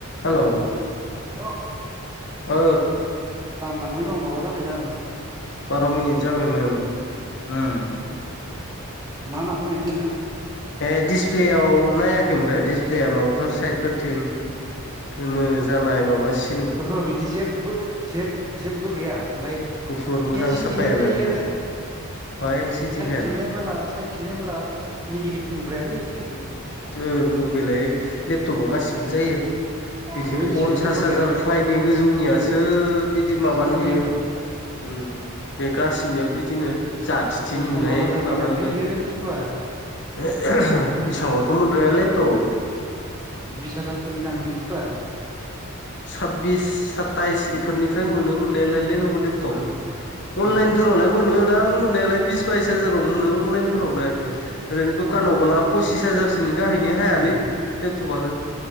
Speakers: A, on the left; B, on the right.
A: Hello.
B: हेल'
A: औ।
B: दानलांबाय नामा माबा जाबायदांं।
A: बार' मिनिट जाबायमोन उम।
B: मा ना बुंनायमोन नोंङो?
A: ए दिसप्लेआव नायाखै ओमफ्राय दिसप्लेया माबाफोर साइदफोरथिं गोमो जानाय माबा सि
B: ओहो बिदि जेबबो जे जेबबो गैया ओमफ्राय
A: गुफुर मोजां
B: एल सि
A: साफायानो
B: डि होनजायो आरो। <inaudible>
A: मा एल सि डि
B: साइदथिं
A: हेन
B: नायबाला साइदथिं नायबाला नेगेटिभ नुग्रायालै <unintelligible>
A: औ औ बेलाय लेपटपा गासिबो जायो बेखोनो
B: बेबायदि
A: पन्सास
B: सेमबा जेबो
A: हाजार।
B: गैया ओमफ्राय
A: <unintelligible> गोजौनियासो बिदि माबा
B: साफा
A: नुयो।
B: जायो न'
A: उम बे गासिनाबो बिदिनो जाथिथि
B: दस
A: नुनाय
B: फन्द्र' हाजारनि
A: माबा
B: दांलै
A: नुनाय
B: बियो बुस्थुआ
A: <unintelligible>
B: बिस हाजारफोरनि दां बे बुस्थुआ।
A: साबबिस साताइस इफोरनिफ्राय मोनो मोननायालाय लेनेभ' लेपटप
B: ओं
A: अनलाइन।
B: उम
A: फोरावलाय मोनो दांं मोननायालाय बिस बाइस हाजाराव मोनो अनलाइनफोरावलाय।
B: उम
A: ओरैनो दुखानावबाला पसिस हाजारसोनि गाहायनि हायालै
B: उम
A: लेपटपानो